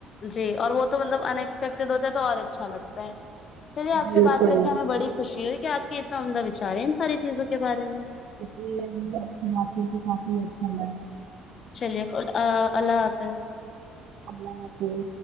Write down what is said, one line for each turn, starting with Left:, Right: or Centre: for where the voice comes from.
Left: جی اور وہ تو مطلب ان ایکسپیکٹیڈ ہوتا ہے تو اور اچھا لگتا ہے چلیے آپ
Right: بالکل
Left: سے بات کر کے ہمیں بڑی خوشی ہوئی کہ آپ کے اتنا عمدہ وچار ہے ان ساری چیزوں کے بارے میں
Right: یہ مجھے مال کے کافی اچھا لگا
Left: چلیے خدا اللہ حافظ
Right: اللہ حافظ